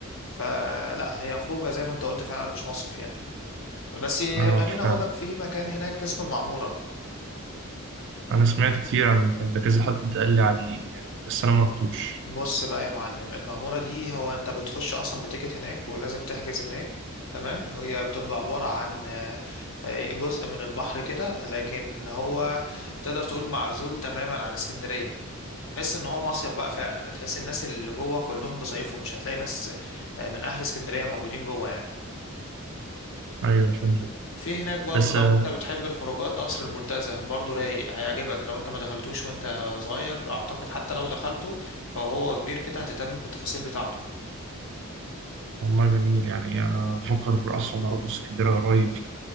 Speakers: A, on the left (about 65°); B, on the right (about 60°).
A: فلا هي خروجه زي ما انت قلت فعلا مش مصيف يعني بس
B: آه،
A: خليني
B: فعلا
A: اقول لك في مكان هناك اسمه المعموره
B: انا سمعت كتير عن المكان ده كذا حد قال لي عليه يعني بس انا ما رحتوش
A: بص بقى يا معلم المعمورة دي هو انت بتخش اصلا بتيكت هناك ولازم تحجز هناك تمام هي بتبقى عبارة عن آه، آه، جزء من البحر كده لكن هو تقدر تقول معزول تماما عن اسكندرية تحس ان هو مصيف بقى فعلا تحس الناس اللي جوه كلهم بيصيفوا مش هتلاقي ناس آه، من اهل اسكندرية موجودين جوه يعني
B: ايوه فهمتك
A: في هناك برضو
B: بس
A: لو
B: آه،
A: انت بتحب الخروجات قصر المنتزه برضو رايق هيعجبك لو انت ما دخلتوش وانت صغير اعتقد حتى لو دخلته فهو كبير كده هتهتم بالتفاصيل بتاعته
B: والله جميل يعني انا بفكر اصلا اروح اسكندريه قريب